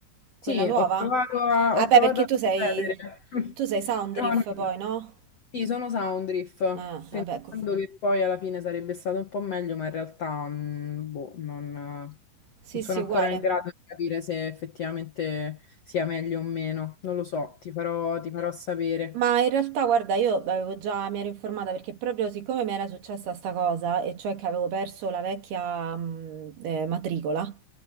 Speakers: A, on the right; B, on the left.
A: Quella
B: Sì,
A: nuova?
B: ho provato a,
A: Ah
B: ho
A: beh,
B: provato
A: perché
B: ad
A: tu
B: accedere,
A: sei...
B: <laughs>
A: tu sei Soundriff
B: però n-
A: poi, no?
B: sì, sono Soundreef,
A: Ah,
B: pensando
A: vabbè, co-
B: che poi alla fine sarebbe stato un po' meglio, ma in realtà mm, boh, non, non
A: sì,
B: sono
A: sì,
B: ancora
A: uguale.
B: in grado di capire se effettivamente sia meglio o meno. Non lo so, ti farò, ti farò sapere.
A: Ma in realtà, guarda, io avevo già, mi ero informata perché proprio siccome mi era successa sta cosa, e cioè che avevo perso la vecchia mh, eh, matricola,